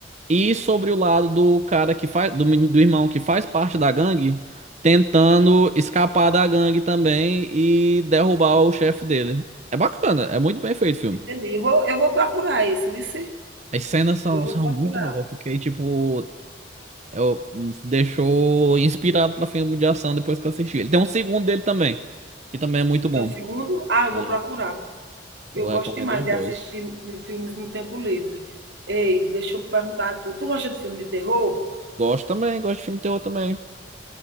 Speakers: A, on the right (about 40°); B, on the right (about 85°).
A: E sobre o lado do cara que faz, do, meni- do irmão que faz parte da gangue, tentando escapar da gangue também e derrubar o chefe dele. É bacana, é muito bem feito o filme.
B: entendi. Eu vou eu vou procurar esse, vice.
A: As cenas são,
B: Eu vou
A: são
B: procurar.
A: muito boas. Eu fiquei tipo. Eu, deixou inspirado pra filme de ação depois que eu assisti. Ele tem um segundo dele também, que também é muito
B: Então,
A: bom.
B: segundo ah, eu vou
A: É,
B: procurar. Eu
A: eu recomendo
B: gosto demais
A: os
B: de
A: dois.
B: assistir filmes no tempo livre. Ei, deixa eu perguntar a tu, tu gosta de filme de terror?
A: Gosto também, gosto de filme terror também.